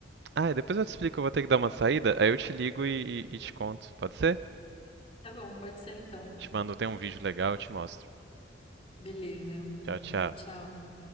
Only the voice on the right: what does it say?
Ah, e depois eu te explico, eu vou ter que dar uma saída, aí eu te ligo e, e- e te conto, pode ser?
Te mando, tem um vídeo legal, eu te mostro.
Tchau, tchau.